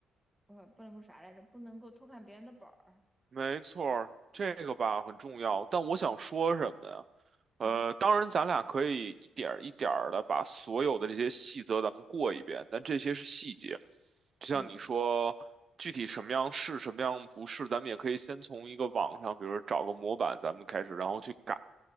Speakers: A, in the centre; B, on the right.
A: 呃，不能够啥来着，不能够偷看别人的本儿。
B: 没错儿，这个吧很重要。但我想说什么呀？呃，
A: 嗯
B: 当然，咱俩可以一点儿一点儿的把所有的这些细则咱们过一遍，但这些是细节。就像你说，
A: 嗯。
B: 具体什么样是，什么样不是，咱们也可以先从一个网上，比如说找个模板，咱们开始，然后去改。